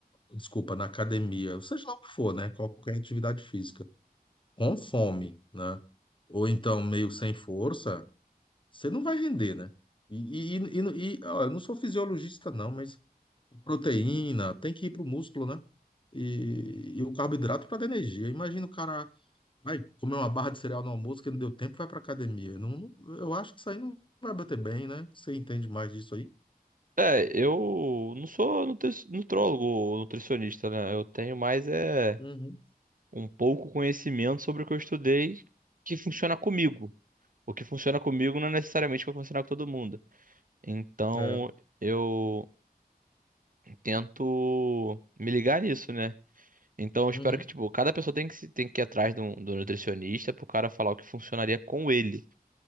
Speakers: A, on the left; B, on the right.
A: desculpa, na academia, seja lá o que for, né? Qualquer atividade física com fome, né? Ou então meio sem força, você não vai render, né? E, e, e, e- e, ó, eu não sou fisiologista, não, mas proteína tem que ir pro músculo, né? E, e o carboidrato para dar energia. Imagina o cara vai comer uma barra de cereal no almoço que não deu tempo, vai pra academia. Não, eu acho que isso aí não vai bater bem, né? Você entende mais disso aí?
B: É, eu não sou nutri nutrólogo ou nutricionista, né? Eu tenho mais é
A: Uhum.
B: um pouco conhecimento sobre o que eu estudei que funciona comigo. O que funciona comigo não é necessariamente o que vai funcionar com todo mundo. Então,
A: É.
B: eu tento me ligar nisso, né? Então eu espero
A: Uhum.
B: que, tipo, cada pessoa tem que, se- tem que ir atrás de um, do nutricionista pro cara falar o que funcionaria com ele.